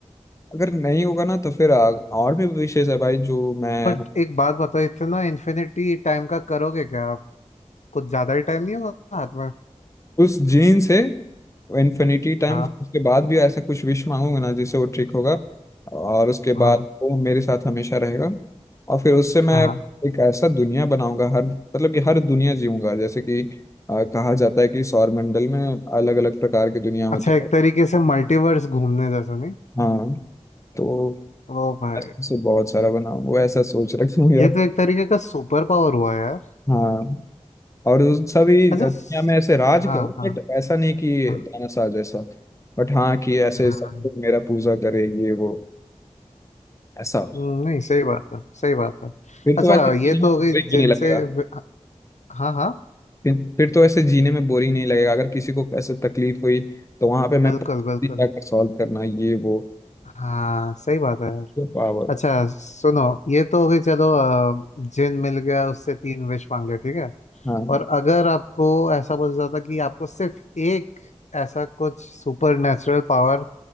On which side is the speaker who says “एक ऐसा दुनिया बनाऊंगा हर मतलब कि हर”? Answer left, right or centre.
Left